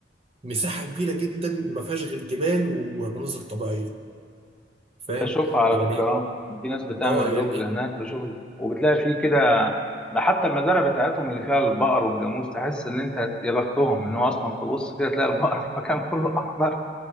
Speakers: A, on the right; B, in the centre.
A: مساحة كبيرة جدا ما فيهاش غير جبال ومناظر طبيعية فاهم
B: بشوفها على
A: يعني
B: فكرة اه في ناس بتعمل
A: اه يعني
B: بلوجز هناك بشوف وبتلاقي فيه كده ده حتى المزارع بتاعتهم اللي فيها البقر والجاموس تحس ان انت يا بختهم ان هو اصلا تبص كده تلاقي البقر <laughs> في مكان كله اخضر